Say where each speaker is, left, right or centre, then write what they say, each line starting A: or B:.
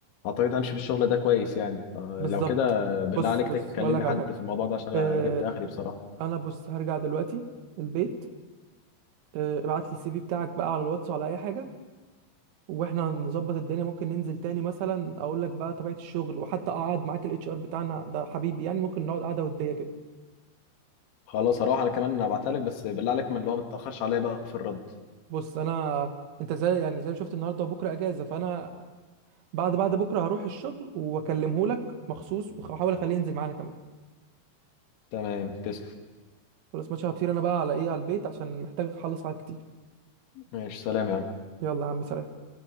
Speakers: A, on the left; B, on the right.
A: اعتقد همشي في الشغل ده كويس يعني آه،
B: بالظبط
A: لو كده بالله
B: بص
A: عليك
B: بص
A: تكلمني
B: هقول لك على
A: حد
B: حاجه
A: في الموضوع ده عشان
B: اه
A: انا جبت اخري بصراحه
B: انا بص هرجع دلوقتي البيت اه ابعت لي السي في بتاعك بقى على الواتس وعلى اي حاجه واحنا نظبط الدنيا ممكن ننزل تاني مثلا اقول لك بقى طبيعه الشغل وحتى اقعد معاك الاتش ار بتاعنا ده حبيبي يعني ممكن نقعد قعده وديه كده
A: خلاص هروح انا كمان هبعتها لك بس بالله عليك من اللي هو ما تتاخرش عليا بقى في الرد
B: بص انا انت زي يعني زي ما شفت النهارده وبكره اجازه فانا بعد بعد بكره هروح الشغل واكلمه لك مخصوص واحاول اخليه ينزل معانا كمان
A: تمام تسلم
B: خلاص ماشي هطير انا بقى على ايه على البيت عشان محتاج اخلص حاجات كتير
A: ماشي سلام يا عم
B: يلا يا عم سلام